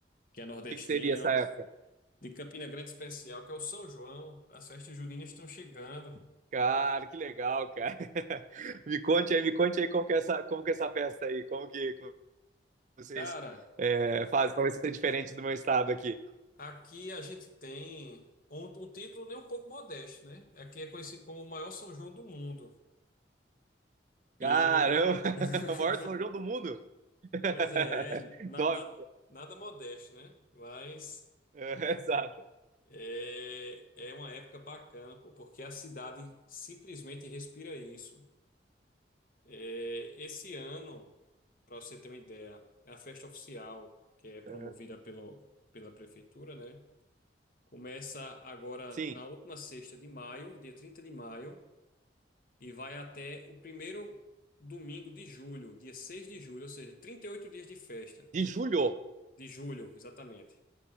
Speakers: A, on the left; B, on the right.
A: que é nordestino,
B: que que seria essa época?
A: de Campina Grande especial, que é o São João. As festas juninas estão chegando.
B: Cara, que legal, cara. <laughs> Me conte aí, me conte aí como que é essa, como que é essa festa aí, como que, como vocês
A: Cara,
B: é, fazem, como vai ser diferente do meu estado aqui.
A: aqui a gente tem um, um título nem um pouco modesto, né? Aqui é conhecido como o maior São João do mundo.
B: Caramba,
A: E
B: <laughs>
A: <laughs>
B: o maior São João do mundo. <laughs>
A: Pois é, é, na-
B: Top.
A: na- nada modesto, né? Mas
B: É, exato.
A: É, é uma época bacana, pô, porque a cidade simplesmente respira isso. É, esse ano, para você ter uma ideia, é a festa oficial, que é promovida
B: É.
A: pelo, pela prefeitura, né? Começa agora
B: Sim,
A: na última sexta de maio, dia 30 de maio, e vai até o primeiro domingo de julho, dia 6 de julho, ou seja, 38 dias de festa.
B: de julho.
A: De julho, exatamente.